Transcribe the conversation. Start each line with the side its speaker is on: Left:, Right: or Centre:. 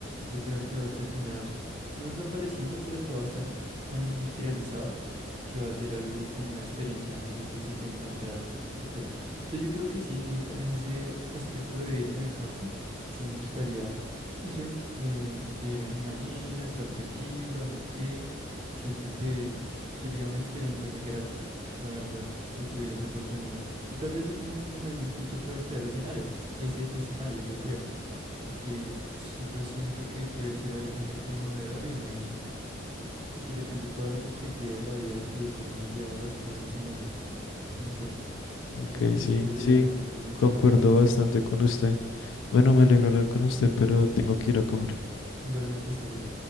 Right: Yo creo que va a terminar no desapareciendo, pero todo va a estar tan industrializado que va a ser algo como una experiencia muy difícil de encontrar en el futuro. Entonces yo creo que sí, en ese, ca- en ese aspecto de vivir en el campo, sí me gustaría, no sé, eh, vivir a mi manera, estar tranquilo, no sé qué. Siento que sería una experiencia muy grata, la verdad, si tuviera esa oportunidad. Y tal vez en, en algún punto pueda crear escenario, ese escenario, yo creo porque sí lo siento que puede ser algo muy conmovedor y muy que le cambie toda la perspectiva de la vida y de cómo uno ha llevado las cosas en ella. No sé,
Left: Ok,
Right: pero pues
Left: sí,
Right: sí, ese sería
Left: sí,
Right: más o menos mi
Left: concuerdo
Right: punto de vista.
Left: bastante con usted. Bueno, me alegro hablar con usted, pero tengo que ir a comer.
Right: Igualmente, hasta luego.